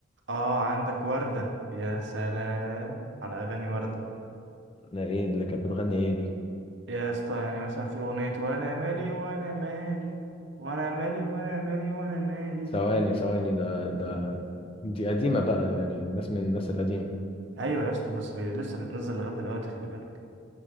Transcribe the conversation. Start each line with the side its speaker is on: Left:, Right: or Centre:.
Right: اه عندك وردة يا سلام على اغاني وردة
Left: ده ايه اللي كانت بتغني ايه دي
Right: يا اسطى يعني مثلا في اغنية وانا مالي وانا مالي وانا مالي وانا مالي وانا مالي
Left: ثواني ثواني ده ده دي قديمه بقى يعني الناس من الناس القديمه
Right: ايوه يا اسطى بس بي... لسه بتنزل لغاية دلوقتي خلي بالك